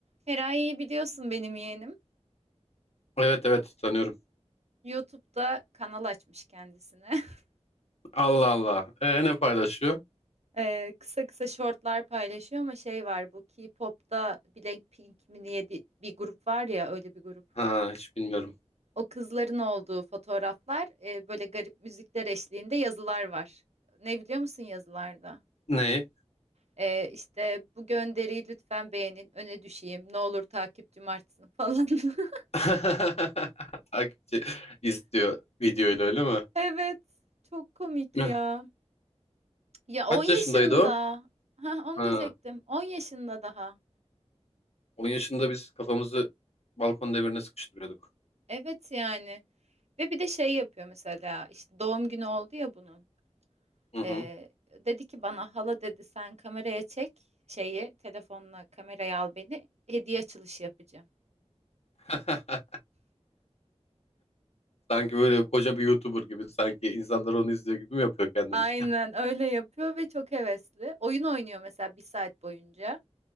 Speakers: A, on the right; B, on the left.
A: Feraye'yi biliyorsun benim yeğenim.
B: Evet evet tanıyorum.
A: YouTube'da kanal açmış kendisine. <laughs>
B: Allah Allah. Ee, ne paylaşıyor?
A: Ee, kısa kısa shortlar paylaşıyor ama şey var bu K-pop'ta Blackpink mi diye di- bir grup var ya öyle bir grup.
B: Ha hiç bilmiyorum.
A: O kızların olduğu fotoğraflar e, böyle garip müzikler eşliğinde yazılar var. Ne biliyor musun yazılarda?
B: Neyi?
A: Ee, işte bu gönderiyi lütfen beğenin, öne düşeyim, ne olur takipçim artsın falan. <laughs>
B: <laughs> Takipçi istiyor videoyla öyle mi?
A: Evet, çok komik
B: Hıh.
A: ya. Ya 10
B: Kaç
A: yaşında.
B: yaşındaydı o?
A: Ha onu
B: Ha,
A: diyecektim. 10 yaşında daha.
B: 10 yaşında biz kafamızı balkon demirine sıkıştırıyorduk.
A: Evet yani. Ve bir de şey yapıyor mesela işte doğum günü oldu ya bunun.
B: Hı hı.
A: Ee, dedi ki bana hala dedi sen kameraya çek şeyi telefonla kameraya al beni hediye açılışı yapacağım.
B: <laughs> Sanki böyle koca bir YouTuber gibi sanki insanlar onu izliyor gibi mi yapıyor kendini?
A: Aynen öyle yapıyor ve çok hevesli. Oyun oynuyor mesela bir saat boyunca.